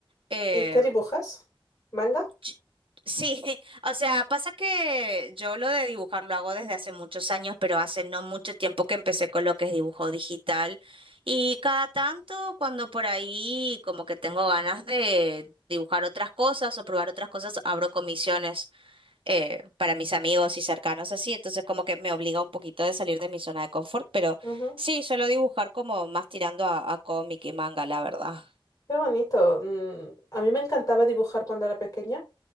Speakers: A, on the right; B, on the left.
A: eh,
B: ¿Y qué dibujas? ¿Manga?
A: Ch- Sí, <laughs> o sea, pasa que yo lo de dibujar lo hago desde hace muchos años, pero hace no mucho tiempo que empecé con lo que es dibujo digital. Y cada tanto, cuando por ahí como que tengo ganas de dibujar otras cosas o probar otras cosas, abro comisiones eh, para mis amigos y cercanos así. Entonces como que me obliga un poquito de salir de mi zona de confort, pero
B: Ujú.
A: sí, suelo dibujar como más tirando a, a cómic y manga, la verdad.
B: Qué bonito. Mm, A mí me encantaba dibujar cuando era pequeña,